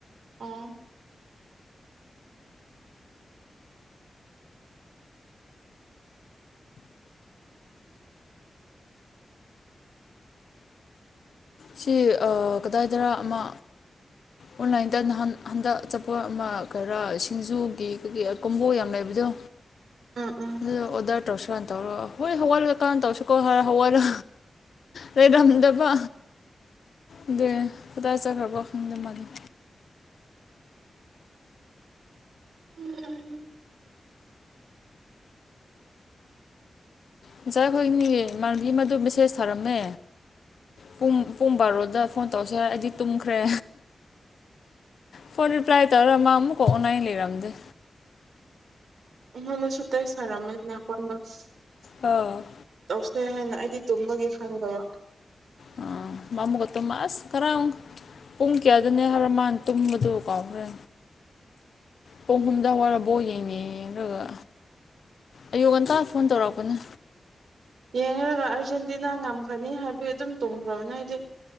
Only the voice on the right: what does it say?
ꯑꯣ
ꯎꯝ ꯎꯝ ꯎꯝ
ꯎꯝ
ꯑꯩꯉ‌ꯣꯟꯗꯁꯨ ꯇ‌ꯦꯁ ꯊꯔꯝꯕꯅꯤꯅ‌ꯦ <unintelligible>
ꯇꯧꯁꯦ ꯍꯥꯏꯅ ꯑꯩꯗꯤ ꯇꯨꯝꯕꯒꯤ ꯈꯪꯗꯕ
ꯌꯦꯡꯉꯒ ꯑꯥꯔꯖꯦꯟꯇꯤꯅꯥ ꯉꯝꯈꯅꯤ ꯍꯥꯏꯕꯒꯤ ꯑꯗꯨꯝ ꯇꯨꯝꯈ꯭ꯔꯕꯅꯦ ꯑꯩꯗꯤ